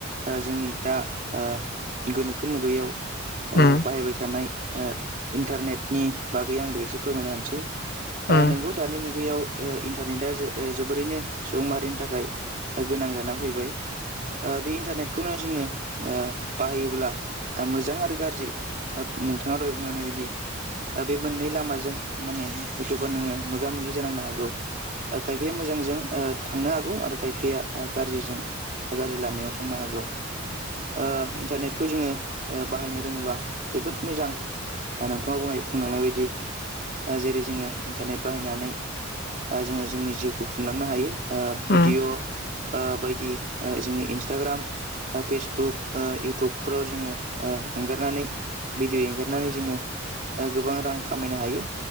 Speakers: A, on the right; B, on the left.
A: जोंनि दा ओ गोनोखो मुगायाव ओ
B: उम
A: बाहायबाय थाना ओ इन्टारनेटनि बागै आंबो एसे फोरमायना होनोसै, ओ
B: उम
A: नोंगौ दानि मुगायाव ओ इन्टारनेटआ ओ जो जोबोरैनो सुबुं माहारिनि थाखाय गोनां जाना फैबाय ओ बे इन्टारनेटखौनो जोंङो ओ बाहायोब्ला आं मोजां आरो गाज्रि नोंथाङा दहाय बुंलायनाय बायदि ओ बे मोननै लामाजों माने हयथ'बा नोङो मोगा मोगि जानांनो हागौ। ओ खायफाया मोजांजों ओ थांनो हागौ आरो खायफाया या गारजिजों गाज्रि लामायाव थांनो हागौ। ओ इन्टारनेटखौ जोङो ओ बाहायनो रोङोबा जोबोद मोजां। नोंथाङा बुंनाय बुंलांनाय बायदि ओ जेरै जोङो इन्टारनेट बाहायनानै ओ जोंङो जोंनि जिउखौ खुंलांनो हायो। ओ भिडिअ'
B: उम
A: ओ बायदि ओ जोंङो इन्सटाग्राम, ओ फेसबुक, ओ इयउटुबफोराव जोङो ओ एंगारनानै भिडिय' एंगारनानै जोंङो ओ गोबां रां खामायनो हायो।